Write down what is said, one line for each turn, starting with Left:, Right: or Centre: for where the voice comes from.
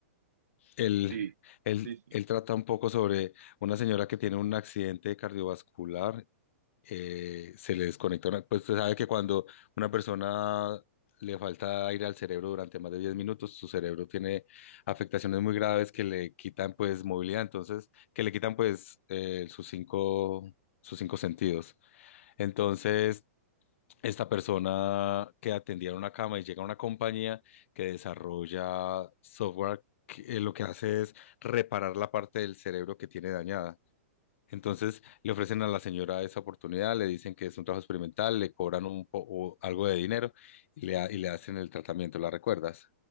Left: Él,
Right: Sí,
Left: él,
Right: sí, sí.
Left: él trata un poco sobre una señora que tiene un accidente cardiovascular eh, se le desconecta una- pues usted sabe que cuando una persona le falta aire al cerebro durante más de 10 minutos, su cerebro tiene afectaciones muy graves que le quitan pues movilidad, entonces, que le quitan pues eh, sus cinco, sus cinco sentidos. Entonces, esta persona que atendía en una cama y llega a una compañía que desarrolla software, que, eh, lo que hace es reparar la parte del cerebro que tiene dañada. Entonces le ofrecen a la señora esa oportunidad, le dicen que es un trabajo experimental, le cobran un poco algo de dinero y le, ha- y le hacen el tratamiento, ¿la recuerdas?